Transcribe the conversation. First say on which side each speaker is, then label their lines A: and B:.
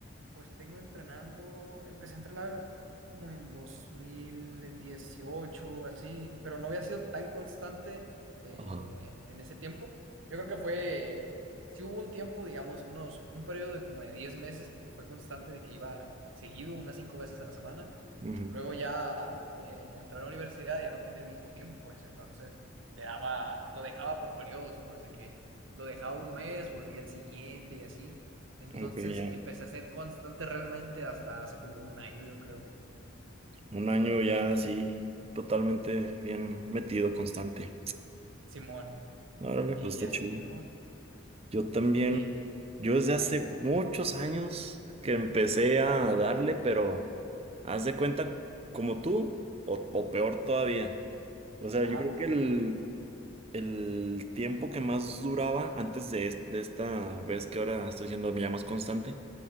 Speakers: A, on the right; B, on the right.
A: Pues tengo entrenando, empecé a entrenar como en 2018 así, pero no había sido tan constante eh,
B: Ajá.
A: en ese tiempo. Yo creo que fue, sí hubo un tiempo, digamos, unos, un periodo de como de 10 meses que fue constante, de que iba seguido, unas 5 veces a la semana.
B: Ujú.
A: Luego ya eh, entré a la universidad y ya no tenía el mismo tiempo, pues entonces le daba, lo dejaba por periodos, pues de que lo dejaba un mes, volvía el siguiente y así. Entonces
B: Ok, ya.
A: empecé a ser constante realmente hasta hace como un año, yo creo.
B: Un año ya así, totalmente bien metido, constante.
A: Simón.
B: Órale,
A: Y
B: pues está
A: así,
B: chido.
A: viejo.
B: Yo también
A: Y,
B: Yo desde
A: ajá,
B: hace muchos años que empecé a darle, pero haz de cuenta como tú o, o peor todavía. O sea,
A: ajá.
B: yo creo que el, el tiempo que más duraba antes de, es- de esta vez que ahora estoy siendo ya más constante,